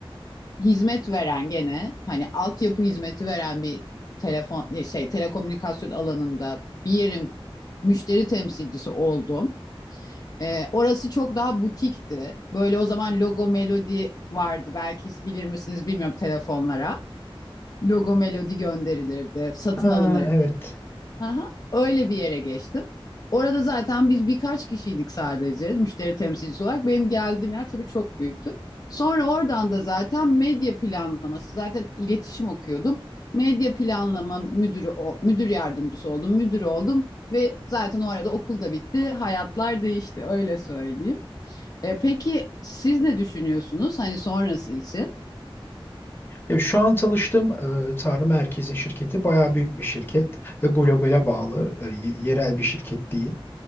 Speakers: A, on the left; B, on the left.
A: hizmet veren gene hani altyapı hizmeti veren bir telefon şey telekomünikasyon alanında bir yerin müşteri temsilcisi oldum. Ee, orası çok daha butikti. Böyle o zaman logo melodi vardı. Belki bilir misiniz bilmiyorum telefonlara. Logo melodi gönderilirdi, satın
B: Ha,
A: alınırdı
B: evet.
A: Aha, öyle bir yere geçtim. Orada zaten biz birkaç kişiydik sadece müşteri temsilcisi olarak. Benim geldiğim yer tabii çok büyüktü. Sonra oradan da zaten medya planlaması, zaten iletişim okuyordum. Medya planlama müdürü, o- müdür yardımcısı oldum, müdür oldum ve zaten o arada okul da bitti, hayatlar değişti öyle söyleyeyim. E, peki siz ne düşünüyorsunuz hani sonrası için?
B: Ya şu an çalıştığım e, Tarım Merkezi şirketi bayağı büyük bir şirket ve globale bağlı, e, y- yerel bir şirket değil.